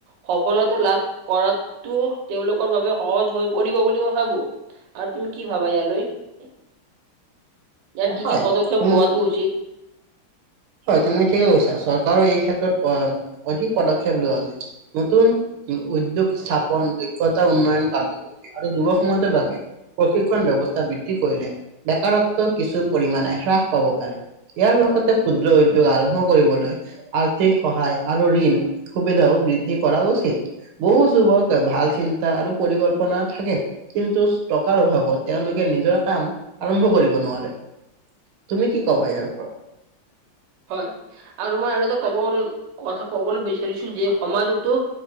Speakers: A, on the right; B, on the right.
A: সফলতা লাভ কৰাটো তেওঁলোকৰ বাবে সহজ হৈ পৰিব বুলি মই ভাবোঁ। আৰু তুমি কি ভাবা ইয়ালৈ, ইয়াৰ কি
B: হয়
A: কি পদক্ষেপ
B: তুমি
A: লোৱাটো উচিত?
B: হয়, তুমি ঠিকে কৈছা, চৰকাৰৰ এই ক্ষেত্ৰত অধিক পদক্ষেপ লোৱা উচিত। নতুন- উদ্যোগ স্থাপন, দক্ষতা উন্নয়ন, কাৰ্যসূচী আৰু যুৱ সমাজৰ বাবে- প্ৰশিক্ষণ ব্যৱস্থা বৃদ্ধি কৰিলে বেকাৰত্ব কিছু পৰিমণে হ্ৰাস পাব পাৰে। ইয়াৰ লগতে ক্ষুদ্ৰ উদ্যোগ আৰম্ভ কৰিবলৈ- আৰ্থিক সহায় আৰু ঋণ সুবিধাও বৃদ্ধি কৰা উচিত। বহু যুৱক ভাল চিন্তা আৰু পৰিকল্পনা থাকে। কিন্তু টকাৰ অভাৱত তেওঁলোকে নিজৰ কাম আৰম্ভ কৰিব নোৱাৰে। তুমি কি কবা এইয়াৰ ওপৰত?
A: হয় আৰু মই আৰু এটা কেৱল কথা ক'বলৈ বিচাৰিছো যে সমাজতো-